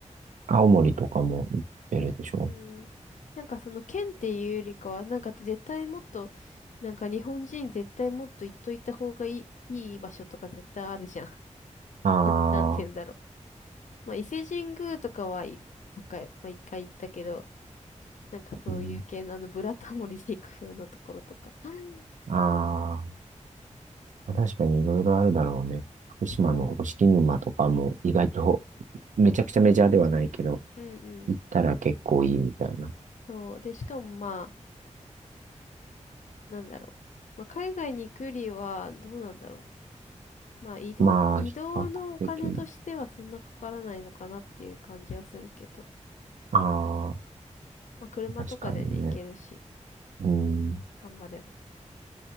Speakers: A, on the right; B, on the left.
A: 青森とかも行ってるでしょ。
B: うん。なんかその県っていうよりかは、なんか絶対もっと、なんか日本人絶対もっと行っといた方がいい、いい場所とか絶対あるじゃん。<laughs>
A: ああ、
B: なんなんて言うんだろう。まあ伊勢神宮とかはい、なんか、まあ一回行ったけど、なんかそういう系のあのブラタモリで行くようなところとか。
A: うん、
B: <laughs>
A: ああ、確かにいろいろあるだろうね。福島の五色沼とかも意外と
B: そ
A: めちゃくちゃメジャーではないけど、
B: う。うんうん。
A: 行ったら結構いいみたいな。
B: そう。で、しかもまあ、なんだろう。まあ海外に行くよりは、どうなんだろう。まあ移動、
A: まあ、
B: 移動のお金としてはそんなかからないのかなっていう感じはするけど。
A: 比較的、ああ、
B: まあ、車とかでね、
A: 確かにね。
B: 行けるし、
A: うん、
B: 頑張れば。っ